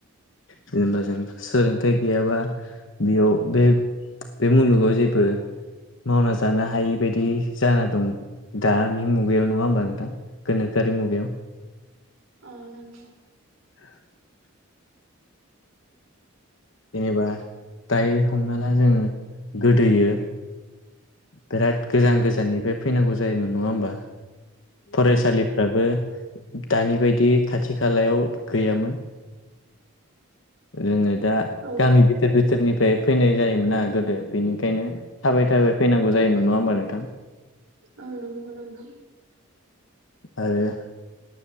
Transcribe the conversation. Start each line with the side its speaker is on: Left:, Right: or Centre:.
Left: जेनेबा जों सोलोंथाइ गैयाबा बेयाव बे बे मुलुगाव जेबो मावना जानो हायि बायदि जाना दं दानि मुगायाव नङा होमबा नोंथां? गोनोखोआरि मुगायाव
Right: अ नंगौ
Left: <inaudible> जेनेबा दायो हमना ला जोंङो गोदोयो बिराद गोजान गोजाननिफ्राय फैनांगौ जायोमोन नङा होमबा फरायसालि
Right: औ
Left: फोराबो दानि बायदि खाथि खालायाव गैयामोन। रोंङो दा
Right: औ
Left: मि बिथोर बिथोरनिफ्राय फैनाय जायोमोना गोदो बिनिखायनो थाबाय थाबाय फैनांगौ जायोमोन नङा होमबा नोंथां?
Right: औ नंगौ नोंथां।
Left: आरो